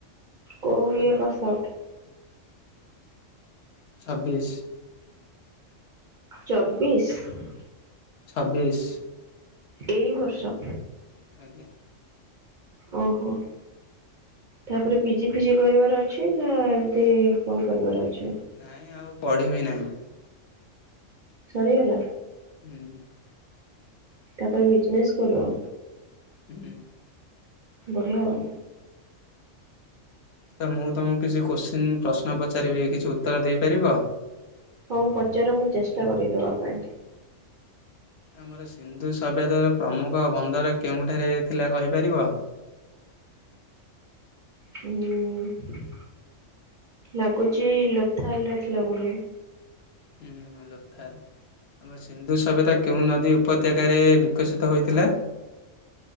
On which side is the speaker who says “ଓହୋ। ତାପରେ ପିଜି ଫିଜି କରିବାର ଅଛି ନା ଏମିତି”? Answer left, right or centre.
Right